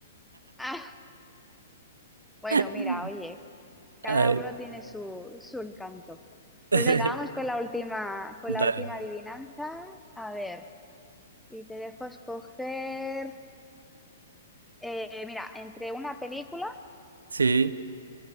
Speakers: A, in the centre; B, on the right.
A: Ah, bueno,
B: <laughs>
A: mira, oye, cada
B: Ay.
A: uno tiene su, su encanto.
B: <laughs>
A: Pues venga, vamos con la última, con
B: Dale.
A: la última adivinanza. A ver, y te dejo escoger, eh, mira, entre una película
B: Sí.